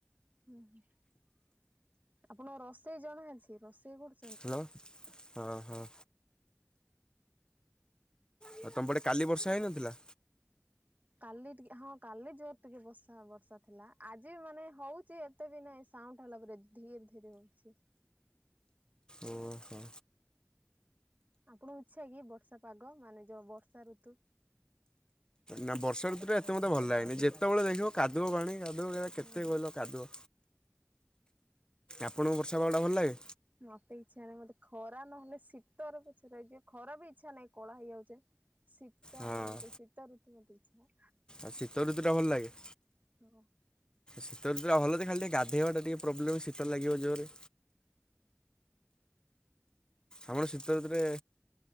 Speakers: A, on the right; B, on the left.
A: ହୁଁ ହୁଁ ଆପଣ ରଷେଇ ଜଣା ଅଛି ରଷେଇ କରୁ
B: ହାଲୋ ହଁ ହଁ। ହ ତମ ପଟେ କାଲି ବର୍ଷା ହେଇନଥିଲା।
A: କାଲି ଟିକେ ହଁ କାଲି ଜୋର ଟିକେ ବର୍ଷା ବର୍ଷା ଥିଲା ଆଜିବି ମାନେ ହଉଚି ଏ ତେ ଦିନେ ସାଉଣ୍ଡ ଟା ହେଲା ପରେ ଧୀର ଧୀର ହଉଛି।
B: ଓହୋ।
A: ଆପଣଙ୍କୁ ଇଛା କି ବର୍ଷା ପାଗ ମାନେ ଯୋଉ ବର୍ଷା ଋତୁ
B: ନା ବର୍ଷା ଋତୁଟା ଏତେ ମୋତେ ଭଲ ଲାଗେନି ଯେତେବଳେ ଦେଖିବ କାଦୁଅ ପାଣି କାଦୁଅ ଏରା କେତେ
A: ହଁ
B: କଇଲ କାଦୁଅ। ଆପଣଙ୍କୁ ବର୍ଷା ପାଗଟା ଭଲ ଲାଗେ?
A: ମତେ ଇଚ୍ଛା ନାଇଁ ମତେ ଖରା ନହେଲେ ଶୀତରେ ପଛେ ରହିଯିବ ଖରା ବି ଇଚ୍ଛା ନାଇଁ କଳା ହେଇଯାଉଛେ। ଶୀତ
B: ହଁ
A: ଆଗ ମତେ ଶୀତ ଋତୁ ମତେ ଇଛା
B: ଆଉ ଶୀତ ଋତୁଟା ଭଲ ଲାଗେ।
A: ଅଁ।
B: ଶୀତଋତୁ ଟା ଭଲଯେ ଖାଲି ଟିକେ ଗାଧେଇବା ଟା ଟିକେ ପ୍ରୋବ୍ଲେମ୍ ଶୀତ ଲାଗିବ ଜୋରେ। ଆପଣ ଶୀତ ଋତୁରେ